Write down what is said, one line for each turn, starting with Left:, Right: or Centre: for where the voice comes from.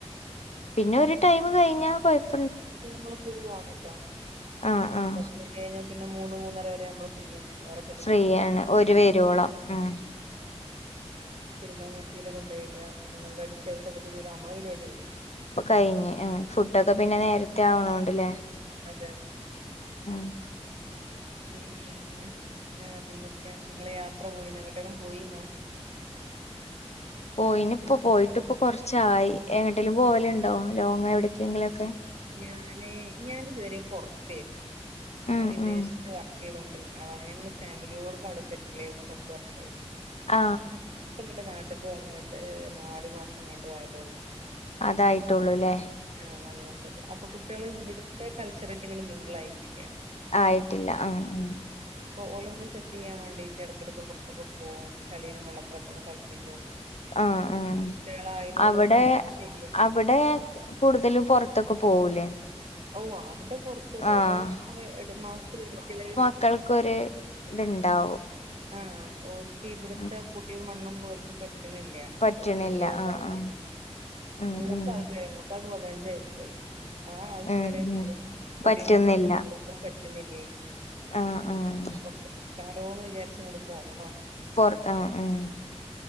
Left: പിന്നെ ഒരു ടൈമ് കഴിഞ്ഞാ കൊഴപ്പ
Right: <unintelligible> അത്
Left: ആഹ് ആഹ്
Right: കഴിഞ്ഞൽ പിന്നെ മൂന്ന് മൂന്നര വരെ നമ്മള് ഫ്രിയാണ് വെറെ
Left: ഫ്രീയാണ് ഒര് വെരോളം ഉം
Right: അതെ തിരുമ്പാ മിഷീല് കൊണ്ടോയിട ഒന്ന് അടിച്ച് വാരി തൊടുക്കും ചെയ്താ നമ്മള് പരിപാടി കഴിയും
Left: ഇപ്പ കഴിഞ്ഞ് ഫുഡൊക്കെ പിന്നെ നേരത്തെ ആവണോണ്ട്ല്ലേ
Right: അതെ അതെ
Left: ആ
Right: പിന്നെ വേറെന്തൊക്കെയാണ് നിങ്ങള് യാത്ര പോയിനേ എങ്ങട്ടേലും പോയിന്നാ
Left: പോയിനി ഇപ്പോ പോയിട്ട് ഇപ്പൊ കൊറച്ചായി എങ്ങട്ടേലും പോവലുണ്ടോ ലോങ്ങ് എവിടക്കെങ്കിലെക്കെ
Right: ഞാന് ഞാാനിതുവരെ പെറത്തേനു ഞാൻ
Left: ഉം
Right: വിദേശത്ത്
Left: ഉം
Right: വർക്ക് ചെയ്തൊണ്ടിരുന്ന ആളാണ് ഞങ്ങള് ഫാമിലിയോട് ക്കെ അവിടെ സെറ്റിലായിരുന്നു പത്തു വർഷയിട്ട്
Left: ആ
Right: ഇങ്ങട്ട് നാട്ട്ക്ക് വന്ന്ട്ട് നാല് മാസം കണ്ടു ആയതോളു
Left: അതായിട്ടെള്ളൂല്ലേ
Right: ആ നാല് മാസയിട്ട് അപ്പൊ കുട്ട്യോള് ഇവിടത്തെ കൾച്ചറായിട്ട് ഇങ്ങനെ മിംഗിളായിട്ടില്ല
Left: ആയിട്ടില്ല ആഹ് ഉം
Right: ഉം അപ്പോ ഓലൊന്ന് സെറ്റ് ചെയ്യാ വേണ്ടിട്ട് ഇടക്കിടക്ക് പുറത്തൊക്കെ പോവും ചെളീലും വെള്ളത്തിലൊക്കെ ഒന്ന് കളിപ്പിക്കും
Left: ആഹ് ആഹ്
Right: കുട്ടികള് അയിനോടൊന്നും
Left: അവടെ
Right: അങ്ങട് ശരിയായിട്ടില്ല
Left: അവടെ കൂടുതലും പെറത്തൊക്കെ പോവൂലേ
Right: ഓ അവടെ പെറത്തു പോവും
Left: ആഹ്
Right: അവടെ മാസത്തിലെരിക്കല്
Left: മക്കൾക്കൊര് ഇത്ണ്ടാവും
Right: ആഹ് ഓര്ക്ക് ഇവിടത്തെ
Left: ഉം
Right: പെടിംമണ്ണൊന്നും ഓര്ക്ക് പറ്റ്ണില്ല
Left: പറ്റണില്ല
Right: ഒൽക്ക് ഇല്ല്യതാവ്ണാണ്
Left: ആഹ് ആഹ് ഉം
Right: മൂത്ത
Left: ഉം
Right: ആൾക്ക് വരെ മൂത്താക്ക് പതിനഞ്ച് വയസ്സായി ആ ആൾക്ക്
Left: ഉം
Right: വരെ ഇപ്പോ
Left: ഉം
Right: പൊടിയും
Left: പറ്റുന്നില്ല
Right: മണ്ണൊക്കെ പറ്റുന്നില്ലെ
Left: ആഹ് ആഹ്
Right: കൊറച്ച് നിക്കാല്ലോ വിചാരിച്ച് ഇങ്ങ് പോന്നതാ
Left: പെർത്ത് ആഹ് ഉം